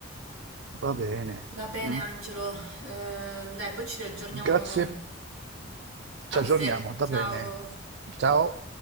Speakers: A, on the right; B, on the right.
A: Va bene.
B: Va bene,
A: Mm.
B: Angelo. Eh, dai, poi ci riaggiorniamo
A: Grazie,
B: a
A: ci aggiorniamo.
B: te.
A: Va
B: Ciao.
A: bene. Ciao.